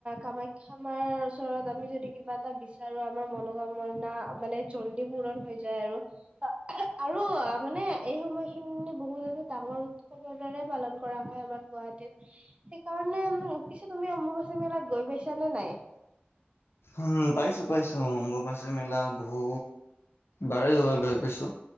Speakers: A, on the right (about 30°); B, on the left (about 90°).
A: কামাখ্যা মাৰ ওচৰত আমি যদি কিবা এটা বিচাৰো আমাৰ মনোকামনা মানে জল্দি পূৰণ হৈ যায় আৰু আৰু মানে এই সময়খিনি বহুত এ ডাঙৰ উৎসৱৰ দৰে পালন কৰা হয় আমাৰ গুৱাহাটীত সেইকাৰণে উম পিছে তুমি অম্বুবাচী মেলাত গৈ পাইছা নে নাই?
B: উম পাইছো পাইছো অম্বুবাচী মেলা বহু বাৰে য বাই পাইছো